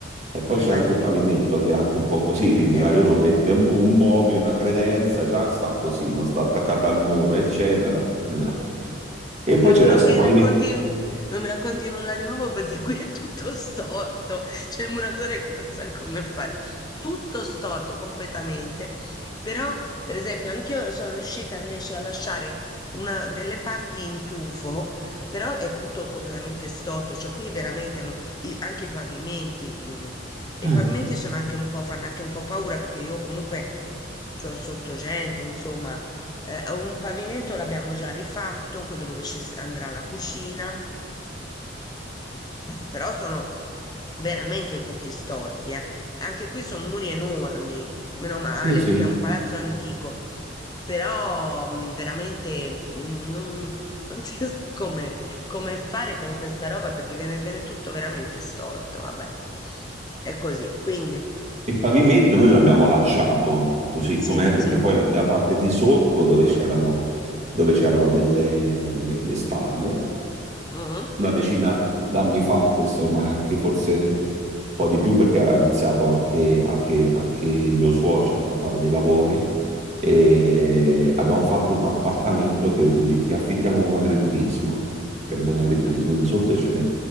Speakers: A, on the right; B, on the left.
A: E poi
B: prima
A: c'è anche
B: di
A: il
B: tutto.
A: pavimento che è anche un po' così, quindi
B: E
A: magari uno mette un, un mobile, una credenza, già sta così, non sta attaccata al muro, eccetera. Esatto. E poi
B: Non,
A: c'era
B: non
A: questo
B: mi
A: pavimento.
B: racconti, non mi racconti nulla di nuovo perché qui è tutto storto. C'è il muratore che non sa come fare. Tutto storto completamente. Però, per esempio, anch'io sono riuscita invece a lasciare una delle parti in tufo, però è tutto completamente storto. Cioè, qui veramente non- i- anche i pavimenti. mm, e
A: <clears throat>
B: i pavimenti sono anche un po', fanno anche un po' paura perché io comunque c'ho sotto gente, insomma. Eh, un pavimento l'abbiamo già rifatto, quello dove ci s- andrà la cucina, però sono veramente tutti storti, eh. Anche qui sono muri enormi, meno male,
A: Eh, sì, sì.
B: perché è un palazzo antico, però mh, veramente mh, non, non si <laughs> sa come, come fare con questa roba perché viene, viene tutto veramente storto, vabbè. È così, quindi
A: E Il pavimento noi l'abbiamo lasciato così
B: sì,
A: com'è, perché
B: sì.
A: poi la, la parte di sotto dove c'erano dove c'erano delle le- le stalle,
B: Mhm.
A: una decina d'anni fa, questo ormai anche forse un po' di più perché aveva iniziato anche, anche, anche il mio suocero a fare dei lavori e abbiamo fatto un appartamento che, utili- che affittiamo come agriturismo, che abbiamo un agriturismo,
B: Mm.
A: e di sotto c'è,